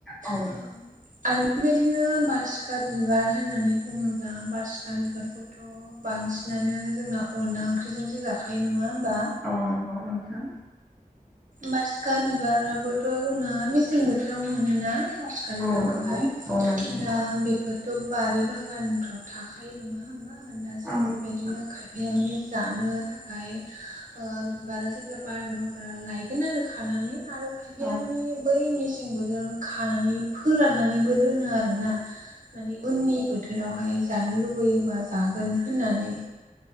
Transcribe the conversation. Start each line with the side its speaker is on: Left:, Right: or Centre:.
Centre: औ
Right: आरो बेबायदिनो बारसिखा बिबार होननानै बुङोब्ला बारसिखा बिबारखौथ' बांसिनानो जोंना अनला ओंख्रिजोंसो जाखायो नङा होमबा
Centre: अ नंगौ नोंथां
Right: बासिखा बिबाराबोथ' जोंना मेसें बोथोराव मोनोना बारसिखा बिबारखौहाय
Centre: औ नंगौ औ नंगौ
Right: दा बेफोरथ' बारि बागानफ्राव थाखायो नङा हबा दा जों
Centre: औ
Right: बेबायदिनो खायफा बिया माने जानो थाखाय ओ बिबारा जेब्ला बारगोन अब्ला लाइक बगोन आरो खानानै आरो खायफाया
Centre: औ
Right: माने बै मेसें बोथोरावनो खानानै फोराननानैबो दोनो आरो ना माने उननि बोथोरावहाय जानो लुबैयोबा जागोन होननानै